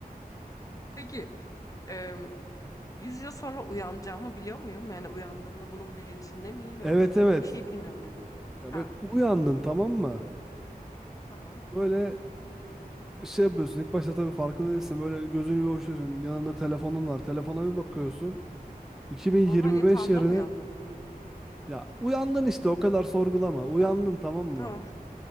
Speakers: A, on the left; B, in the centre.
A: Peki ım, 100 yıl sonra uyanacağımı biliyor muyum? Yani uyandığımda bunun bilincinde miyim yoksa
B: Evet evet.
A: hiçbir şey bilmiyor muyum?
B: Ya
A: Ha,
B: böyle uyandın tamam mı?
A: tamam.
B: Böyle şey yapıyorsun. İlk başta tabii farkında değilsin. Böyle gözünü bir açıyorsun. Yanında telefonun var. Telefona bir bakıyorsun. 2025
A: Normal yatağımda
B: yerine
A: mı uyandım?
B: ya uyandın işte o kadar sorgulama. Uyandın
A: Tamam.
B: tamam mı?
A: Tamam.